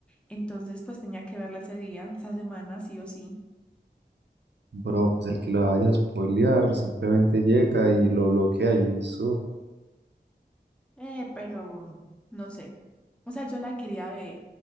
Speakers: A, in the centre; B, on the right.
A: Entonces pues tenía que verla ese día, esa semana, sí o sí.
B: bro, pues el que lo vaya a spoilear simplemente llega y lo bloquea y listo.
A: Eh, pero no sé. O sea, yo la quería ver.